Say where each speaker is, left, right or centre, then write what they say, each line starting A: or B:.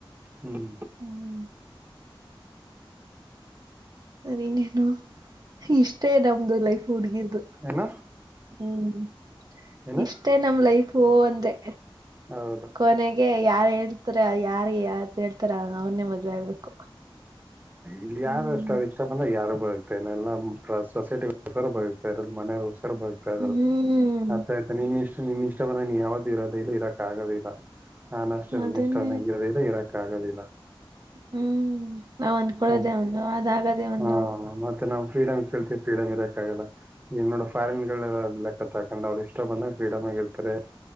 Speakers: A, on the right; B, on the right.
A: ಹ್ಮ
B: ಹ್ಮ್ ಇನ್ನೇನು ಇಷ್ಟೇ ನಮ್ದು ಲೈಫ್ ಹುಡ್ಗಿರ್ದು
A: ಏನ
B: ಹ್ಮ್
A: ಏನ
B: ಇಷ್ಟೇ ನಮ್ಮ ಲೈಫ್ ಹಂತೆ
A: ಹೌದು
B: ಕೊನೆ ಹಾಗೆ ಯಾರ ಹೇಳ್ತಾರ ಯಾರ ಯಾರ್ದ ಹೇಳ್ತಾರ ಅವನ್ನೇ ಮದ್ವೆ ಆಗ್ಬೇಕು
A: ಇಲ್ಲಿ ಯಾರಷ್ಟು
B: ಹ್ಮ್
A: ಇ ಇಷ್ಟ ಬಂದ್ರೆ ಯಾರು ಬತ ಇಲ್ಲ ಸೊಸೈಟಿರ ಬತ ಮನಸರ ಬರು ಅ
B: ಹ್ಮ್
A: ಆತ ನಿನ್ ಇಷ್ಟ ನಿನ್ ಇಷ್ಟ ಬಂದ ನೀ ಯಾವ್ದು ಇರೋದ ಇಲ್ಲ ಇರಕ್ ಆಗೋ ಇಿಲ್ಲ ನಾನ್ ಅಷ್ಟೇನ್ನ
B: ಅದನ್ನೇ
A: ಇಷ್ಟು ಅನ್ನಂಗ ಇರೋದಿಲ್ಲ ಇರಕ್ ಆಗೋದಿಲ್ಲ
B: ಹ್ಮ್ ನಾವ ಅಂದ್ ಕೊಡೋದೆೇ
A: ಹ್ಮ್
B: ಒಂದು ಅದ್ಾಗದೆೇ ಒಂದು
A: ಹಾ ಮತ್ತೆ ನಾವು ಫ್ರೀಡಮ್ ಕೇಳ್ತೀವಿ ಫ್ರೀಡಮ್ ಇರಕ್ಕಾಗಲ್ಲ ಈ ನೋಡ ಫಾರಿನ್ ಗಳಲ್ಲ ಲೆಕ್ಕ ಹಾಕೊಂಡ್ ಅವ್ರು ಇಷ್ಟೊ ಬಂದಾಗ ಫ್ರೀಡಮ್ ಆಗಿರ್ತಾರೆ